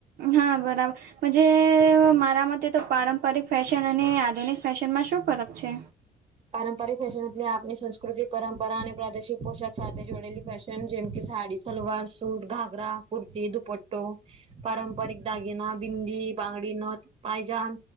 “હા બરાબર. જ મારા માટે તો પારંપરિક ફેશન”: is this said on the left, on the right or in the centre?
Right